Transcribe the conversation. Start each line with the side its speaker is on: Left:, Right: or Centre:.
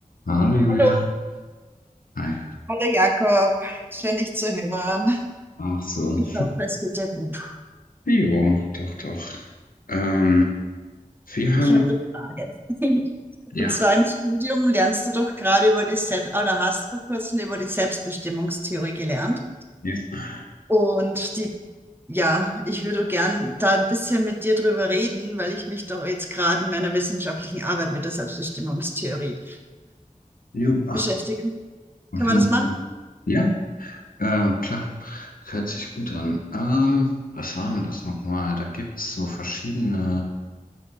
Left: Hallo Julian.
Right: Hallo,
Left: Hi.
Right: hallo Jakob, schön dich zu hören.
Left: Auch so.
Right: Ich hoffe, es geht dir gut.
Left: Jo, doch, doch. Ähm, wir
Right: Ich
Left: haben,
Right: habe eine Frage. <laughs>
Left: ja,
Right: Und zwar im Studium lernst du doch gerade über die Selbst oder hast vor kurzem über die Selbstbestimmungstheorie gelernt.
Left: ja,
Right: Und die, ja, ich würde gern da ein bisschen mit dir drüber reden, weil ich mich doch jetzt gerade in meiner wissenschaftlichen Arbeit mit der Selbstbestimmungstheorie
Left: jo,
Right: beschäftige.
Left: auf
Right: Können
Left: jeden
Right: wir das
Left: Fall.
Right: machen?
Left: Ja, äh, klar, hört sich gut an. Ähm, was waren das nochmal? Da gibt es so verschiedene